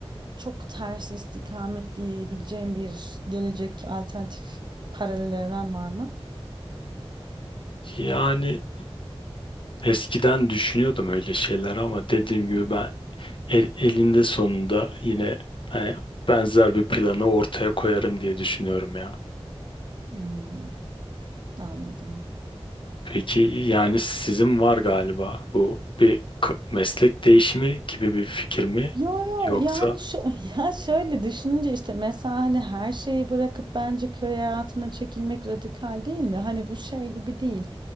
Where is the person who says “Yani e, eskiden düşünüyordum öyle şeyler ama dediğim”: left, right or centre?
Left